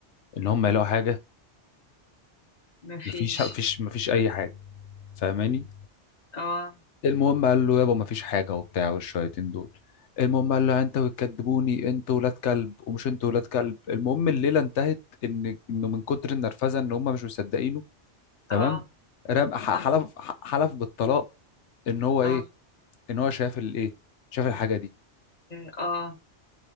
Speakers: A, on the left; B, on the left.
A: ان هم
B: مم.
A: يلاقوا حاجه
B: مفيش
A: مفيش مفيش مفيش اي حاجه فاهماني
B: اه
A: المهم قال له يابا مفيش حاجه وبتاع والشياطين دول المهم قال له انت بتكدبوني انت ولاد كلب ومش انت ولاد كلب المهم الليله انتهت ان انه من كتر النرفزه ان هم مش مصدقينه تمام
B: اه
A: رام ح-
B: تم-
A: حلف ح- حلف بالطلاق ان هو ايه
B: اه
A: ان هو شاف الايه شاف الحاجه دي
B: اه اه